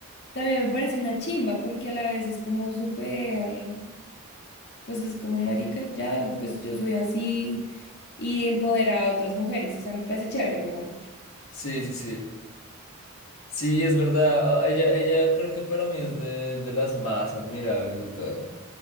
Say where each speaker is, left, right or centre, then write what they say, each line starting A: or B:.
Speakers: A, on the left; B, on the left.
A: también me parece una chimba porque a la vez es como súper, pues es como marica, ya, pues yo soy así y empodera a otras mujeres. O sea, me parece chévere, mejor dicho.
B: sí, sí, sí. Sí, es verdad. a- Ella, ella creo que para mí es de, de las más admirables de todas.